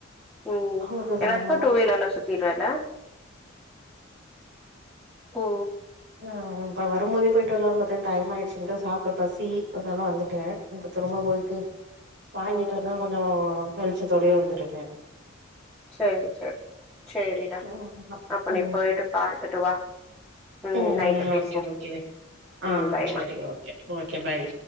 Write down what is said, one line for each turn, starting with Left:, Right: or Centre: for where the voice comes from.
Centre: உம்
Right: அதுக்கு கெளம்பணு
Centre: எல்லாத்துக்கு டூ வீலர்ல சுத்தீர்றல ஓ
Right: ஞா இப்ப வரும்போதே பொயிட்டு வர்லான் பாத்தே டைம் ஆயிடுச்சுன்ட்டு சாப்ட பசி அதுனால வந்துட்டே இப்ப திரும்ப போய்ட்டு வாங்கிட்டு
Centre: ம்
Right: வனா கொஞ்சோ வெளிச்சத்தோடயே வந்துருவே
Centre: சேரி செர் சேரிடா
Right: ம்
Centre: அப்ப
Right: ஆமா
Centre: நீ பொயிட்டு பாத்துட்டு வா ம்
Right: ம்ம்
Centre: நைட்டு
Right: ஓகே
Centre: பேசுவோ
Right: ஓகே ஆ
Centre: ம் பாய்மா
Right: செரி ஓகே ஓகே பாய்